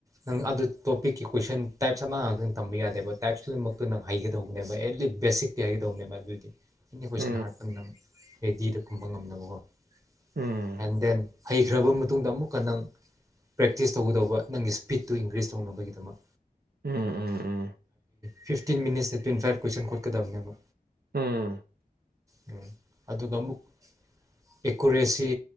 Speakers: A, on the right (about 20°); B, on the right (about 85°).
A: ꯅꯪ ꯑꯗꯨ ꯇꯣꯄꯤꯛꯀꯤ ꯀꯣꯏꯁꯟ ꯇꯥꯏꯞꯁ ꯑꯃ ꯉꯥꯛꯇꯪ ꯇꯝꯕ ꯌꯥꯗꯦꯕ꯫ ꯇꯥꯏꯄ꯭ꯁ ꯈꯨꯗꯤꯡꯃꯛꯇꯣ ꯅꯪ ꯍꯩꯒꯗꯧꯕꯅꯦꯕ <unintelligible> ꯕꯦꯁꯤꯛꯇꯤ ꯍꯩꯒꯗꯧꯅꯦꯕ ꯑꯗꯨꯗꯤ꯫ ꯀꯣꯏꯁꯟ
B: ꯎꯝ
A: <unintelligible> ꯔꯦꯗꯤꯗ ꯈꯨꯝꯕ ꯉꯝꯅꯕꯀꯣ꯫ <unintelligible>
B: ꯎꯝ ꯎꯝ
A: ꯍꯩꯈ꯭ꯔꯕ ꯃꯇꯨꯡꯗ ꯑꯃꯨꯛꯀ ꯅꯪ ꯄ꯭ꯔꯦꯛꯇꯤꯁ ꯇꯧꯒꯗꯧꯕ ꯅꯪꯒꯤ ꯁ꯭ꯄꯤꯠꯇꯨ ꯏꯟꯀ꯭ꯔꯤꯖ ꯇꯧꯅꯕꯒꯤꯗꯃꯛ꯫
B: ꯎꯝ ꯎꯝ ꯎ-
A: ꯐꯤꯕꯇꯤꯟ ꯃꯤꯅꯤꯁꯇ ꯇ꯭ꯋꯦꯟꯇꯤ ꯐꯥꯏꯕ ꯀꯣꯏꯁꯟ ꯈꯣꯠꯀꯗꯕꯅꯦꯕ꯫
B: ꯎꯝ꯫
A: ꯎꯝ ꯑꯗꯨꯒ ꯑꯃꯨꯛ꯫ ꯑꯦꯀꯨꯔꯦꯁꯤ